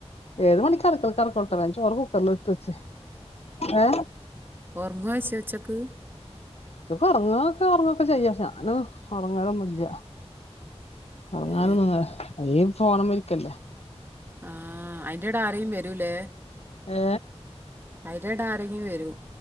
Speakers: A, on the left; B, on the right.
A: ഏത് മണിക്ക്റക്കൽ കറക്കൽട്ട വേചോറ് കുക്കറൽ വിത്തച്. ഏ?
B: ഓർമ്മവെച്ച ഉച്ചക്ക്?
A: ചൊക്കെ ഒർങ്ങൊക്കെ ഒർങ്ങൊക്കെ ചെയ്യാ ശേ ഞാന് ഉറങ്ങാലൊന്നുല്ല. ഉറങ്ങാനന്നന്ന
B: ഏ
A: ഈ <unintelligible>
B: ആ അയിന്റെട ആരേും വരൂലേ?
A: ഏ?
B: അയിരട ആരെങ്കി വരും.